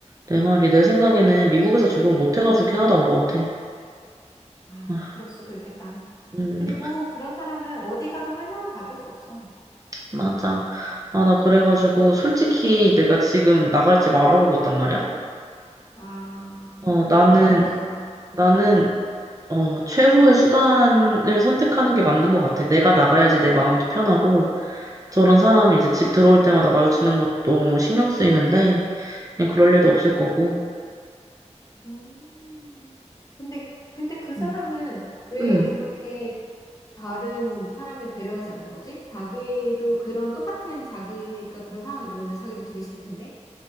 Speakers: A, on the right; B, on the left.
A: 내 말이, 내 생각에는 미국에서 적응 못 해가지고 캐나다 온 것 같아.
B: 아,
A: 아,
B: 그럴 수도 있겠다.
A: 음,
B: 그리고 그런 사람은 어디 가도 환영은 받을 수 없어.
A: 맞아. 아, 나 그래가지고, 솔직히 내가 지금 나갈지 말아보고 있단 말이야.
B: 아,
A: 어,
B: 알아보고
A: 나는,
B: 있구나 벌써.
A: 나는, 어, 최후의 수단을 선택하는 게 맞는 것 같아. 내가 나가야지 내 마음도 편하고, 저런 사람이 이제 집 들어올 때마다 마주치는 것도 너무 신경 쓰이는데, 그냥 그럴 일도 없을 거고.
B: 음. 근데 근데 그 사람은
A: 음,
B: 왜
A: 음,
B: 그렇게 다른 사람을 배려하지 않는 거지? 자기도 그런 똑같은 자기가 그런 상황에 놓이면 자기도 되게 싫을 텐데?